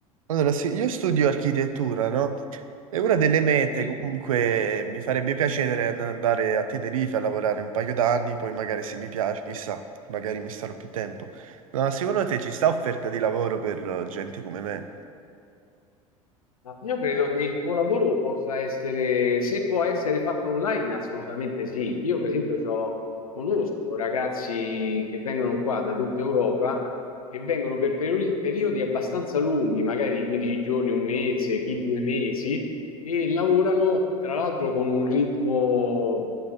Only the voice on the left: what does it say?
Sì.
Ma Io credo che il tuo lavoro possa essere, se può essere fatto online, assolutamente sì. Io, per esempio, so- conosco ragazzi che vengono qua da tutta Europa e vengono per peri- periodi abbastanza lunghi, magari 15 giorni, un mese, chi due mesi, e lavorano tra l'altro con un ritmo,